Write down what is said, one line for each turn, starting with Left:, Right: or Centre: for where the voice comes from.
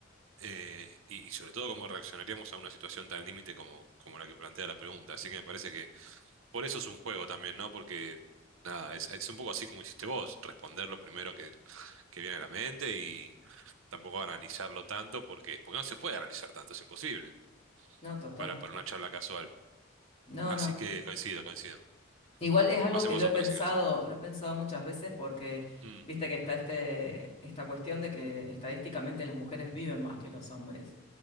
Right: Eh, y, y sobre todo, ¿cómo reaccionaríamos a una situación tan límite como, como la que plantea la pregunta? Así que me parece que por eso es un juego también, ¿no? Porque, nada, es, es un poco así como hiciste vos, responder lo primero que, que viene a la mente y tampoco analizarlo tanto porque, porque no se puede analizar tanto, es imposible
Left: No, total.
Right: para, para una charla casual.
Left: No,
Right: Así
Left: no.
Right: que coincido, coincido.
Left: Igual es algo
Right: Pasemos
Left: que lo he
Right: a
Left: pensado,
Right: otra si querés.
Left: lo he pensado muchas veces porque
Right: Mm,
Left: viste que está este, esta cuestión de que estadísticamente las mujeres viven más que los hombres.